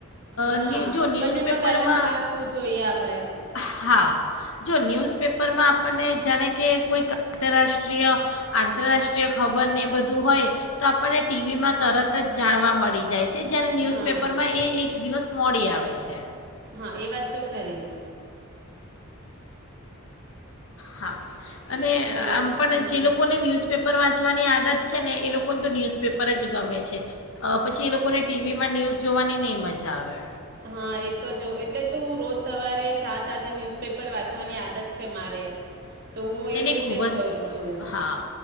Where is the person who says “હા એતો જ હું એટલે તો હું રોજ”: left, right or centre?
Right